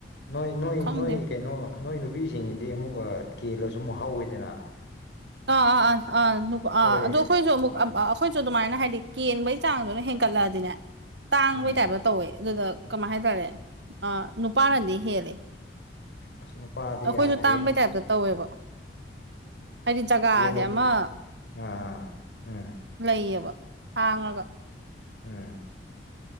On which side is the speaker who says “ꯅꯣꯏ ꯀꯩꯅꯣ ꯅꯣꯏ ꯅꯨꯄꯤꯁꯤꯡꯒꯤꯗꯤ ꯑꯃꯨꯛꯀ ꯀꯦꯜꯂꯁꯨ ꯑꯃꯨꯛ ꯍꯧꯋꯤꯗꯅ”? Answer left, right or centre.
Left